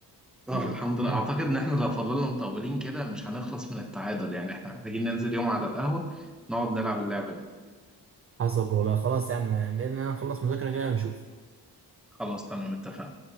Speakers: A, on the right (about 35°); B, in the centre.
A: <laughs>
B: اه الحمد لله اعتقد ان احنا لو فضلنا مطولين كده مش هنخلص من التعادل يعني احنا محتاجين ننزل يوم على القهوة نقعد نلعب اللعبة دي
A: حصل والله خلاص يا عم بإذن الله نخلص مذاكرة كده ونشوف
B: خلاص تمام اتفقنا